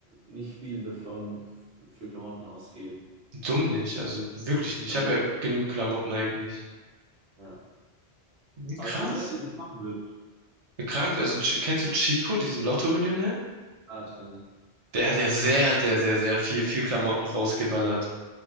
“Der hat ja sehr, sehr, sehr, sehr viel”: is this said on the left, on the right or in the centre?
Right